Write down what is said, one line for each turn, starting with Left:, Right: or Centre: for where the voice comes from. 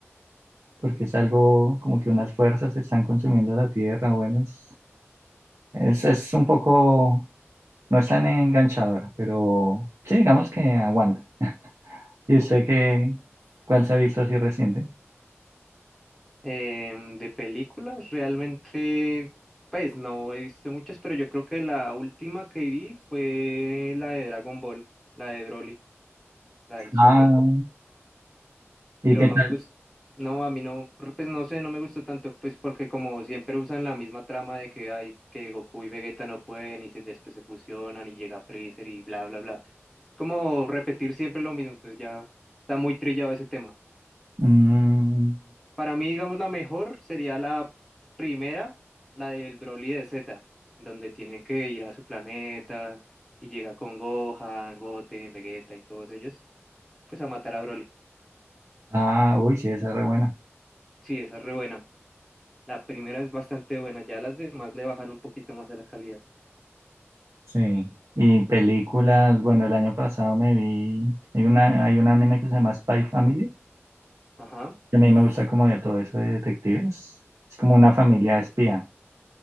Right: porque es algo como que unas fuerzas están consumiendo la tierra, bueno, es, es, es un poco, no es tan enganchadora, pero sí, digamos que aguanta. ¿Y usted qué,
Centre: ok.
Right: cuál se ha visto así reciente?
Centre: Em, de películas, realmente, pues no he visto muchas, pero yo creo que la última que vi fue la de Dragon Ball, la de Broly, la del Super.
Right: Ah, ¿y
Centre: pero
Right: qué
Centre: no
Right: tal?
Centre: me gusta, no, a mí no, pues no sé, no me gustó tanto, pues porque como siempre usan la misma trama de que hay que Goku y Vegeta no pueden y se, después se fusionan y llega Freezer y bla, bla, bla. Es como repetir siempre lo mismo, entonces ya está muy trillado ese tema.
Right: Mm,
Centre: Para mí, digamos, la mejor sería la primera, la del Broly de Z, donde tiene que ir a su planeta y llega con Gohan, Goten, Vegeta y todos ellos, pues a matar a Broly.
Right: Ah, uy, sí, esa es re buena.
Centre: Sí, esa es re buena. La primera es bastante buena, ya las demás le bajan un poquito más a la calidad.
Right: Sí. Y películas, bueno, el año pasado me vi, hay una, hay un anime que se llama Spy Family,
Centre: Ajá,
Right: que a mí me gusta como de todo eso de detectives. Es como una familia de espía